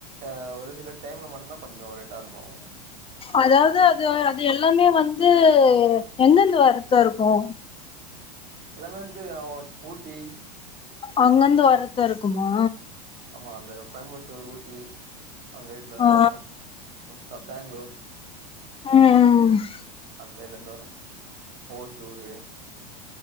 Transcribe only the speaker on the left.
அதாவது அது அது எல்லாமே வந்து எங்கருந்து வரத்த இருக்கு ஒ
அங்கந்து வரதா இருக்குமா
ஆ
ம் ம் ம்